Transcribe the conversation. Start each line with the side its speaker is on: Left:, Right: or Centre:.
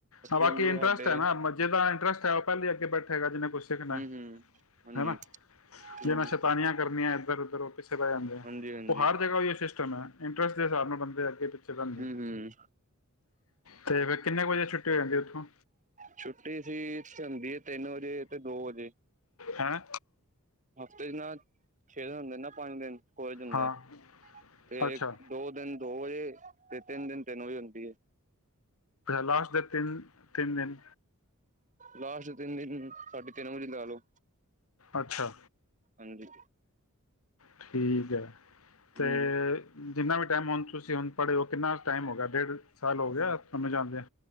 Left: ਹਾਂ, ਬਾਕੀ
Right: ਹੁਣ ਜਿਵੇਂ
Left: ਇੰਟਰਸਟ
Right: ਸਾਡੇ
Left: ਹੈ ਨਾ ਮ, ਜੇਦਾ ਟਰੱਸਟ ਏ ਪਹਿਲੇ ਅੱਗੇ ਬੈਠੇਗਾ ਜਿਹਨੇ। ਕੁਛ ਸਿੱਖਣਾ
Right: ਹੂੰ
Left: ਹੈ
Right: ਹੂੰ ਹਾਂਜੀ
Left: ਹਨਾ ਜਿਨਾ
Right: ਹੂੰ
Left: ਸ਼ੈਤਾਨੀਆਂ ਕਰਨੀਆਂ। ਧਰੋ ਧਰੋ। ਪੈ ਜਾਂਦੇ
Right: ਹਾਂਜੀ ਹਾਂਜੀ
Left: ਉਹ ਹਰ ਜਗ੍ਹਾ ਸਿਸਟਮ ਹੈ, ਇੰਟਰਸਟ ਦੇ ਹਿਸਾਬ ਨਾਲ ਬੰਦੇ ਅੱਗੇ ਪਿੱਛੇ ਬਣਦੇ
Right: ਹੂੰ ਹੂੰ
Left: ਤੇ ਫਿਰ ਕਿੰਨੇ ਕੁ ਵਜੇ ਛੁੱਟੀ ਜਾਂਦੇ <inaudible> ਉੱਥੋਂ-
Right: ਛੁੱਟੀ ਸੀ। ਹੁੰਦੀ ਹੈ ਤਿੰਨ ਵਜੇ ਤੇ ਦੋ ਵਜੇ।
Left: ਹੈਂ
Right: ਹਫ਼ਤੇ ਚ ਨਾ ਛੇ ਦਿਨ ਹੁੰਦੇ ਨੇ ਨਾ ਪੰਜ ਦਿਨ। ਹੋ ਜਾਂਦਾ,
Left: ਹਾਂ
Right: ਤੇ
Left: ਅੱਛਾ
Right: ਦੋ ਦਿਨ ਦੋ ਵਜੇ ਤੇ ਤਿੰਨ ਦਿਨ ਤਿੰਨ ਵਜੇ ਹੁੰਦੀ ਐ।
Left: ਲਾਸਟ ਦੇ ਤਿੰਨ ਤਿੰਨ ਦਿਨ
Right: ਲਾਸਟ ਦੇ ਤਿੰਨ ਦਿਨ ਸਾਢੇ ਤਿੰਨ ਵਜੇ ਲਾ ਲੋ।
Left: ਅੱਛਾ।
Right: ਹਾਂਜੀ।
Left: ਠੀਕ ਹੈ, ਤੇ
Right: ਹੂੰ
Left: ਜਿੰਨਾ ਵੀ ਟਾਈਮ ਹੁਣ ਤੁਸੀਂ ਹੁਣ ਪੜ੍ਹੇ ਹੋ ਕਿੰਨਾ ਟਾਈਮ ਹੋ ਗਿਆ ਡੇਢ ਸਾਲ ਹੋ ਗਿਆ ਤੁਹਾਨੂੰ ਜਾਦੇ ਆ।